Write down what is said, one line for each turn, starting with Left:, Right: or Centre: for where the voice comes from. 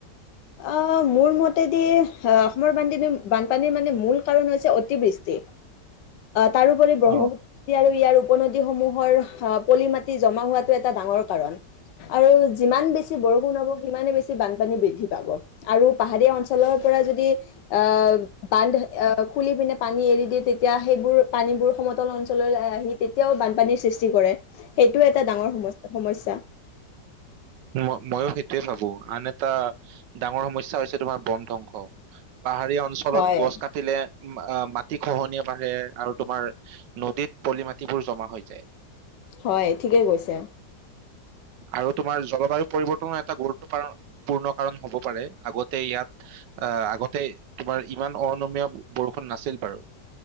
Left: অ মোৰ মতেদি অসমৰ বানপান বানপানীৰ মানে মূল কাৰণ হৈছে অতিবৃষ্টি তাৰোপৰি ব্ৰহ্মপুত
Right: অ
Left: আৰু ইয়াৰ উপ নদীসমূহৰ পলি মাটি জমা হোৱাাতটো এটা ডাঙৰ কাৰণ আৰু যিমান বেছি বৰষুণ হব সিমানে বেছি বানপানী বৃদ্ধি পাব। আৰু পাহাৰীয়া অঞ্চলৰ পৰা যদি অ বান্ধ অ খুলি পিনে পানী এৰি দিয়ে তেতিয়া সেইবোৰ পানীবোৰ সমতল অঞ্চললৈ আহি তেতিয়াও বানপানীৰ সৃষ্টি কৰে । সেইটো এটা ডাঙৰ সম্য সমস্যা,,
Right: ম ময়ো সেইটোয়ে ভাবো আন এটা ডাঙৰ সমস্যা হৈছে তোমাৰ বন ধ্বংস পাহাৰীয়া অঞ্চলত
Left: হয়
Right: গছ কাটিলে মাটি খহনীয়া, বাঢ়ে আৰু তোমাৰ নদীত পলি মাটিবোৰ জমা হৈ যায়।
Left: হয় ঠিকেই কৈছে
Right: আৰু তোমাৰ জলবায়ু পৰিৱৰ্তনৰ এটা গুৰুত্বপূৰ্ণ কাৰণ হব পাৰে আগতে ইয়াত আহ আগতে তোমাৰ ইমান অনমীয় বৰষুণ নাছিল বাৰু।